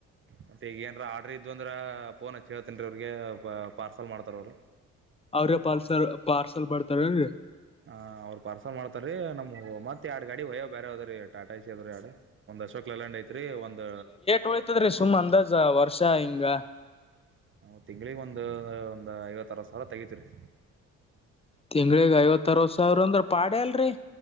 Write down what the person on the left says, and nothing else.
ಅವ್ರಿಗೆ ಪಾಲ್ಸಲ್ ಪಾರ್ಸಲ್ ಮಾಡರ್ತಾರ ಎನ್ರಿ
ಹೋಯ್ತದ್ರಿ ಸುಮ್ ಅಂದಾಜ ವರ್ಷ ಹಿಂಗ
ತಿಂಗಳಗ್ ಐವತ್ತ ಅರವತ್ ಸಾವಿರ ಅಂದ್ರ ಪಾಡೆ ಅಲ್ರರಿ